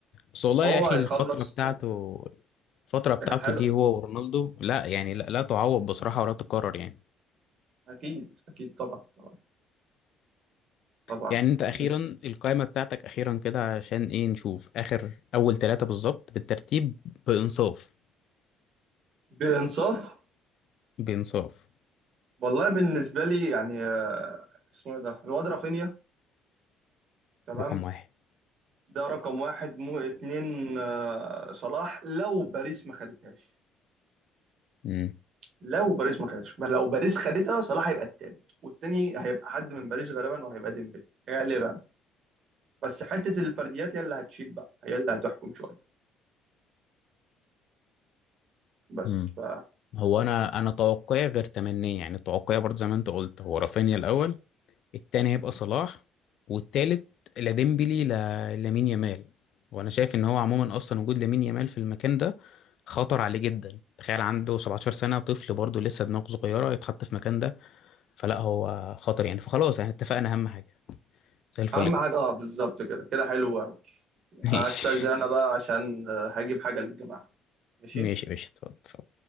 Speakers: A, on the left; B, on the right.
A: بس والله
B: هو
A: يا اخي
B: هيخلص
A: الفترة بتاعته الفترة بتاعته
B: هي كانت حلوه
A: دي هو ورونالدو لا يعني لا, لا تعوض بصراحة ولا تكرر يعني
B: اكيد اكيد طبعا طبعا طبعا
A: يعني انت اخيرا
B: ب-
A: القائمه بتاعتك اخيرا كده عشان ايه نشوف اخر اول ثلاثه بالظبط بالترتيب بانصاف
B: بانصاف
A: بانصاف
B: والله بالنسبه لي يعني آه، اسمه ايه ده الواد رافينيا تمام
A: رقم واحد
B: ده رقم واحد مو اتنين آه، صلاح لو باريس ما خدتهاش
A: امم
B: لو باريس ما خدتهاش ما لو باريس خدتها صلاح هيبقى التالت والتاني هيبقى حد من باريس غالبا وهيبقى ديمبلي غالبا بس حته الفرديات هي اللي هتشيل بقى هي اللي هتحكم شويه بس
A: امم
B: ف
A: هو انا انا توقعي غير تمنيه يعني توقعي برضه زي ما انت قلت هو رافينيا الاول التاني هيبقى صلاح والتالت لا ديمبلي لا لامين يامال وانا شايف ان هو عموما اصلا وجود لامين يامال في المكان ده خطر عليه جدا تخيل عنده 17 سنه طفل برضه لسه دماغه صغيره يتحط في مكان ده فلا هو خطر يعني فخلاص يعني اتفقنا اهم حاجه زي الفل
B: اهم
A: كده
B: حاجه اه بالظبط كده كده حلو أوي.
A: <laughs> ماشي
B: هستأذن انا بقى عشان آه، هجيب حاجه للجماعه ماشي
A: ماشي ماشي اتفضل اتفضل.